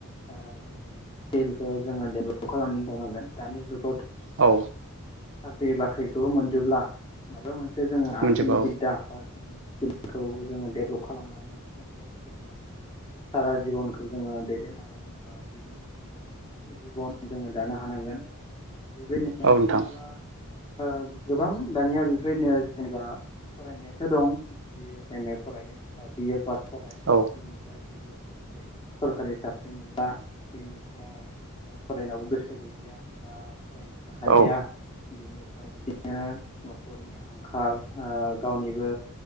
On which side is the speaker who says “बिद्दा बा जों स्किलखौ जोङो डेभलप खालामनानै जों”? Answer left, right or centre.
Left